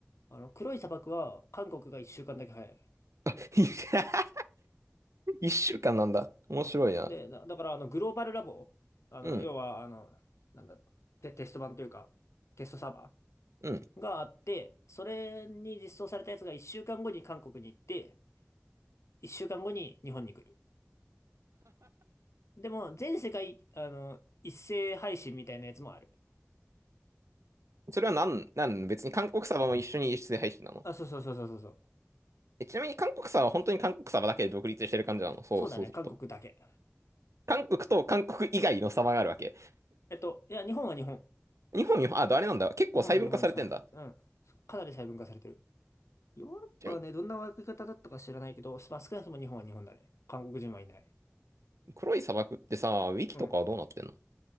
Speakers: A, on the left (about 75°); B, on the right (about 85°).
A: あの、黒い砂漠は韓国が一週間だけ早い。
B: <laughs> 一週間なんだ。面白いな。
A: そうで、だ、だから、あの、グローバルラボ、あの、
B: うん。
A: 要は、あの、なんだ、テ、テスト版というか、テストサーバ
B: うん。
A: ーがあって、それに実装されたやつが1週間後に韓国に行って、1週間後に日本に来る。でも、全世界、あの、一斉配信みたいなやつもある。
B: それはなん、なん、別に韓国サバも一緒に輸出で配信なの
A: あ、そうそうそうそうそうそう。
B: え、ちなみに韓国サバは本当に韓国サバだけで独立してる感じなのそう、
A: そうだね、
B: そうすると。
A: 韓国だけ。
B: 韓国と韓国以外のサバがあるわけ。
A: えっと、いや、日本は日本。
B: 日本、日本、あ、あれなんだ。結構細分化されてんだ。
A: 日本は日本しかない。うん。かなり細分化されてる。ヨーロッパはね、
B: ちなみ
A: どんな分け方だったか知らないけど、まあ、少なくとも日本は日本だね。韓国人はいない。
B: に、黒い砂漠ってさ、ウィキとかはどうなってんの
A: うん。